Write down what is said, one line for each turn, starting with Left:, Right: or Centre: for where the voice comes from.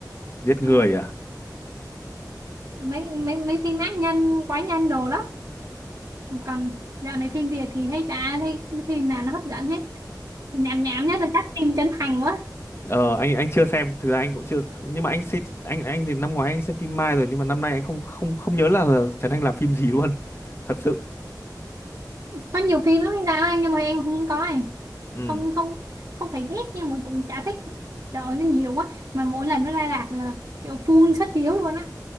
Left: giết người
Right: Ừ,
Left: à
Right: mấy mấy mấy phim ác nhân quái nhân đồ đó còn dạo này phim Việt thì thấy chả thấy phim nào nó hấp dẫn hết nhảm nhảm nhất là các phim chân thành quá
Left: ờ anh anh chưa xem thực ra anh cũng chưa nhưng mà anh xem anh anh thì năm ngoái anh xem phim Mai rồi nhưng mà năm nay anh không không không nhớ là, là Trấn Thành làm phim gì luôn <laughs> thật sự
Right: có nhiều phim lắm anh Đào anh nhưng mà em không coi
Left: ừ
Right: không không không phải ghét nhưng mà cũng chả thích trời ơi, nó nhiều quá mà mỗi lần nó ra rạp là kiểu full suất chiếu luôn á